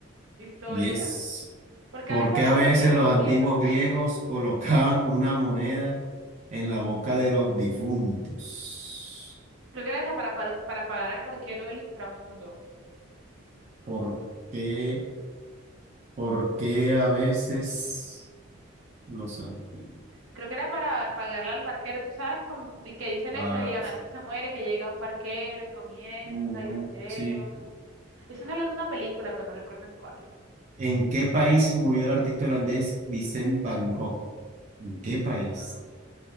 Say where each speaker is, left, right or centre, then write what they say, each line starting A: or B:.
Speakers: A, on the right; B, on the right.
A: Historia.
B: Y es
A: Porque
B: porque
A: a veces los
B: a
A: antiguos
B: veces los
A: griegos,
B: antiguos griegos
A: <laughs>
B: <laughs> colocaban una moneda en la boca de los difuntos.
A: creo que era esa para, para, para pagar al barquero del inframundo.
B: ¿Por qué? ¿Por qué a veces los antiguos?
A: Creo que era para pagarle al barquero, tú sabes como, di- que dicen
B: Ah,
A: eso, de que cuando la gente se muere, que llega un barquero y comienza
B: ujú,
A: y los lleva.
B: sí.
A: Eso sale de una película, pero no recuerdo en cuál.
B: ¿En qué país murió el artista holandés Vincent Van Gogh? ¿En qué país?
A: Ah,